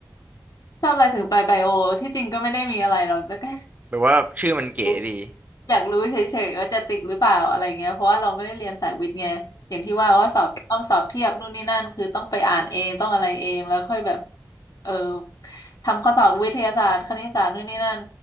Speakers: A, on the left (about 55°); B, on the right (about 20°).
A: ชอบอะไรถึงไปไบโอที่จริงก็ไม่ได้มีอะไรหรอกแล้วก็
B: หรือว่าชื่อมันเก๋ดี
A: <laughs> อยากรู้เฉยๆว่าจะติดหรือเปล่าอะไรเงี้ยเพราะว่าเราไม่ได้เรียนสายวิทย์ไงอย่างที่ว่าว่าสอบต้องสอบเทียบนู่นนี่นั่นคือต้องไปอ่านเองต้องอะไรเองแล้วค่อยแบบเออทำข้อสอบวิทยาศาสตร์คณิตศาสตร์นู่นนี่นั่น